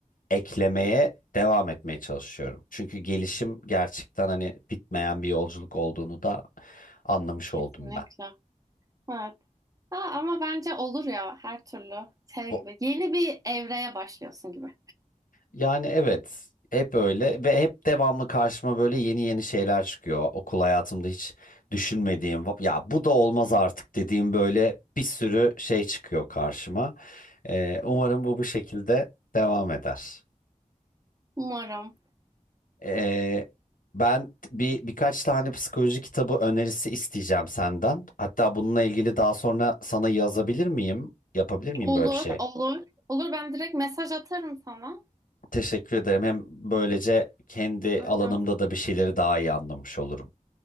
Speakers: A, on the left; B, on the right.
A: eklemeye devam etmeye çalışıyorum. Çünkü gelişim gerçekten hani bitmeyen bir yolculuk olduğunu da anlamış
B: Kesinlikle.
A: oldum ben.
B: Evet. Ha, ama bence olur ya her türlü şey
A: O,
B: gibi. Yeni bir evreye başlıyorsun gibi.
A: yani evet hep öyle ve hep devamlı karşıma böyle yeni yeni şeyler çıkıyor. Okul hayatımda hiç düşünmediğim "Va- ya bu da olmaz artık dediğim böyle bir sürü şey çıkıyor karşıma. Eee, umarım bu bu şekilde devam eder.
B: Umarım.
A: Ee, ben bir birkaç tane psikoloji kitabı önerisi isteyeceğim senden. Hatta bununla ilgili daha sonra sana yazabilir miyim? Yapabilir miyim
B: Olur,
A: böyle bir şey?
B: olur. Olur ben direkt mesaj atarım sana.
A: Teşekkür ederim. Hem böylece kendi
B: Aynen.
A: alanımda da bir şeyleri daha iyi anlamış olurum.